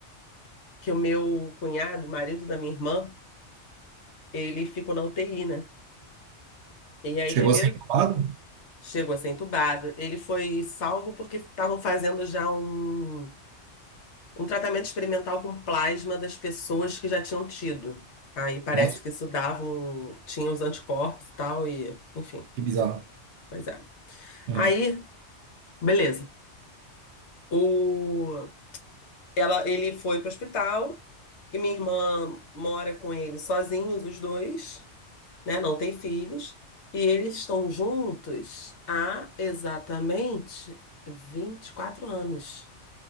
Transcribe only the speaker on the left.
que o meu cunhado, marido da minha irmã, ele ficou na UTI, né? E aí,
primeiro,
chegou a ser entubado. Ele foi salvo porque estavam fazendo já um, um tratamento experimental com plasma das pessoas que já tinham tido. Aí parece
que isso dava um, tinha os anticorpos e tal, e enfim,
pois é.
Aí, beleza. O, ela, ele foi pro hospital e minha irmã mora com ele sozinhos, os dois. né? Não tem filhos. E eles estão juntos há exatamente 24 anos,